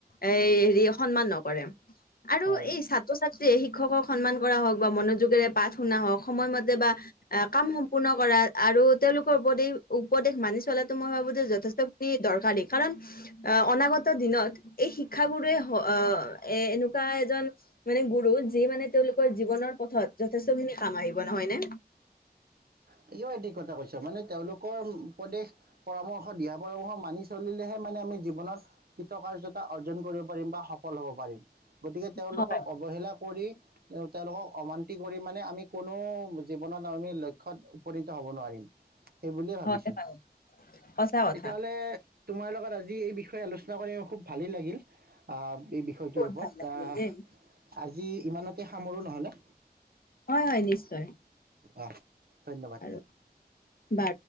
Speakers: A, on the left; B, on the right.
A: এ হেৰি সন্মান নকৰে আৰু
B: হয়
A: এই ছাত্ৰ-ছাত্ৰী শিক্ষকক সন্মান কৰা হওক বা মনোযোগেৰে পাঠ শুনা হওক, সময়মতে বা কাম সম্পূৰ্ণ কৰা আৰু তেওলোক উপদেশ মানি চলাটো মই ভাবো যে যথেষ্টখিনি দৰকাৰী কাৰণ আহ অনাগত দিন দিনত এই শিক্ষা গুৰুৱে এ এনেকোৱা এজন মানে গুৰু যি মানে তেওঁলোকৰ জীৱনৰ পথত যথেষ্ট খিনি কাম আহিব নহয় নে।
B: কিয় এনে কথা কৈছা মানে তেওঁলোকৰ উপদেশ পৰামৰ্শ দিহা পৰামৰ্শ মানি চলিলেহে মানে আমি জীৱনত কৃতকাৰ্যতা অৰ্জন কৰিব পাৰিম বা সফ সফল হ'ব পাৰিম গতিকে তেওঁলোকক
A: হয়
B: অৱহেলা কৰি তেওঁলোকক অমান্তি কৰি মানে আমি কোনো জীৱনত আমি ল ক্ষ্যত উপনীত হ'ব নোৱাৰিম, সেই বুলিয়ে ভাবিছো
A: হয় হয় সঁচা কথা
B: তেতিয়াহ'লে তোমাৰ লগত আজি এই বিষয়ে আলোচনা কৰি ম খুব ভালেই লাগিল আ এই বিষয়টোৰ
A: বহুত
B: ওপৰত
A: ভাল লাগিল
B: আ
A: দেই
B: আজি ইমানতে সামৰো নহ'লে
A: হয় হয় নিশ্চয়
B: অ ধন্যবাদ
A: আৰু বা